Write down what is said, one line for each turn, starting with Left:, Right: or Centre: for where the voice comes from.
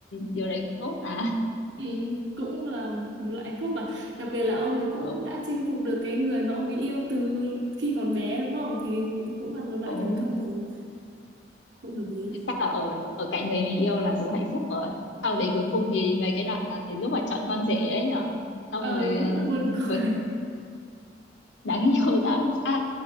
Left: điều đấy cũng tốt mà
Right: Ừ. cũng là một loại hạnh phúc mà đặc biệt là ông ấy cũng
Left: ừ,
Right: đã chinh phục được cái người mà ông ấy yêu từ khi còn bé đúng không thì cũng là một loại
Left: ừ.
Right: thành công rồi cũng hợp lý
Left: chắc là ở ở cạnh người mình yêu là đủ hạnh phúc rồi sau đấy cuối cùng thì mấy cái đoạn là đến lúc mà chọn con rể ấy nhở xong
Right: ờ
Left: rồi
Right: những
Left: ờ,
Right: là buồn cười
Left: cuối đáng yêu <laughs> ra làm sao